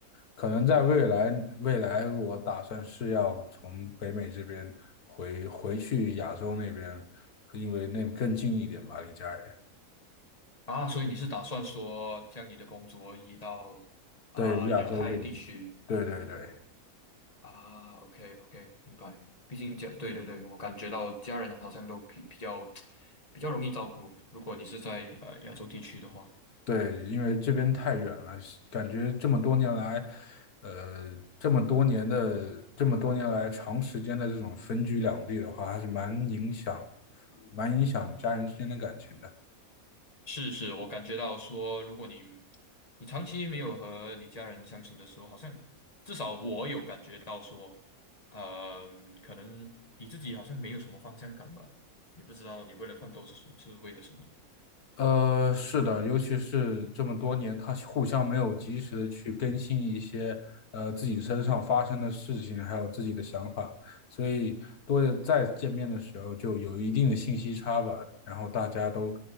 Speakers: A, on the left (about 90°); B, on the left (about 25°).
A: 可能在未来，未来我打算是要从北美这边回回去亚洲那边，因为那更近一点嘛，离家人。
B: 啊，所以你是打算说将你的工作移到啊、
A: 对，亚洲这边，
B: 亚太地区
A: 对对对。
B: 啊？OK OK，明白。毕竟家对对对，我感觉到家人好像都比比较比较容易照顾，如果你是在呃亚洲地区的话。
A: 对，因为这边太远了，感觉这么多年来，呃，这么多年的这么多年来长时间的这种分居两地的话，还是蛮影响，蛮影响家人之间的感情的。
B: 是是，我感觉到说，如果你你长期没有和你家人相处的时候，好像至少我有感觉到说，嗯、可能你自己好像没有什么方向感吧，你不知道你为了奋斗是什是为了什么。
A: 呃，是的，尤其是这么多年，他互相没有及时的去更新一些呃自己身上发生的事情，还有自己的想法，所以多再见面的时候就有一定的信息差吧。然后大家都